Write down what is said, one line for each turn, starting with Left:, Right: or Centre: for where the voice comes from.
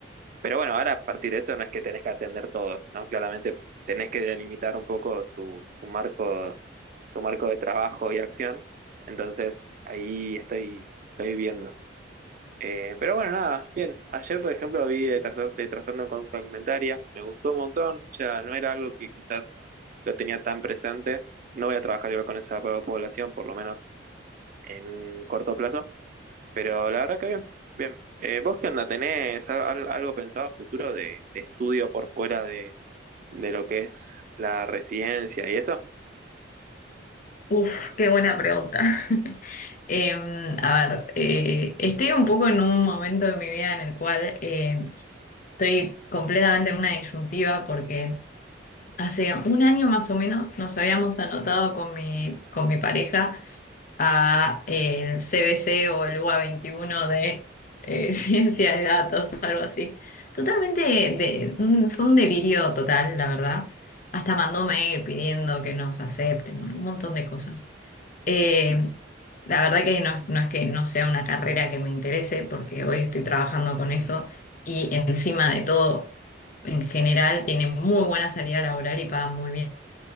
Right: Pero bueno, ahora a partir de eso no es que tenés que atender todos, ¿no? Claramente tenés que delimitar un poco tu, tu marco, tu marco de trabajo y acción. Entonces, ahí estoy, estoy viendo. Eh, pero bueno, nada, bien. Ayer, por ejemplo, vi de, trastor- de trastorno de conducta alimentaria, me gustó un montón, o sea, no era algo que quizás lo tenía tan presente. No voy a trabajar igual con esa po- población, por lo menos en corto plazo, pero la verdad que bien, bien. Eh, ¿vos qué onda? ¿Tenés al- al- algo pensado a futuro de, de estudio por fuera de, de lo que es la residencia y eso?
Left: Uf, qué buena pregunta. <laughs> Em, a ver, eh, estoy un poco en un momento de mi vida en el cual eh, estoy completamente en una disyuntiva porque Hace un año más o menos nos habíamos anotado con mi, con mi pareja a eh, el CBC o el UA 21 de eh, <laughs> ciencia de datos, algo así. Totalmente, de, un- fue un delirio total, la verdad. Hasta mandó mail pidiendo que nos acepten, bueno, un montón de cosas. Eh, la verdad que no, no es que no sea una carrera que me interese, porque hoy estoy trabajando con eso y encima de todo, en general, tiene muy buena salida laboral y pagan muy bien.